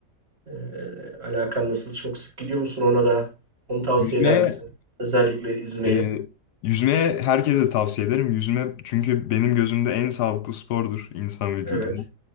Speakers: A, on the right; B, on the left.
A: Ee, alakan nasıl? Çok sık gidiyor musun ona da? Onu tavsiye
B: Yüzmeye
A: eder misin? Özellikle yüzmeyi.
B: Ee, yüzmeye herkese tavsiye ederim. Yüzme çünkü benim gözümde en sağlıklı spordur insan vücuduna.
A: Evet,